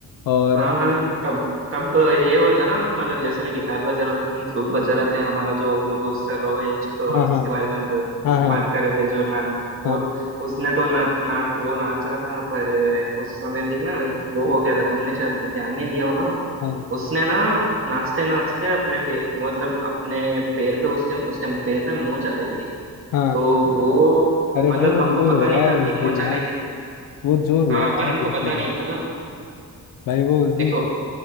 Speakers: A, on the left; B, on the right.
A: और
B: हाँ
A: <clears throat>
B: हाँ तब तब ये हुआ था ना मतलब जैसे मैं गिटार बजा रहा था तुम फ्लूट बजा रहे थे हमारा जो वो दोस्त था रोहित जो
A: हाँ
B: जिसके
A: हाँ
B: बारे में अब
A: हाँ हाँ
B: बात कर रहे थे जो नाच
A: हाँ
B: वो उसने तो ना ना वो नाच रहा था पर उस समय भी ना एक वो हो गया था तुमने शायद ध्यान नहीं दिया होगा
A: हाँ
B: उसने ना नाचते नाचते अपने पैर मतलब अपने पैर पे उसके उसके पैर पे मोच आ गई थी
A: हाँ
B: तो वो
A: अरे
B: मतलब
A: भाई वो
B: हमको
A: जो
B: पता
A: रोया
B: नहीं
A: है
B: था कि
A: उस
B: मोच
A: दिन यार
B: आ गई थी
A: वो जो रोया
B: हाँ पर
A: है
B: हमको
A: उस
B: पता
A: दिन
B: नहीं था ना
A: भाई वो उस दिन
B: देखो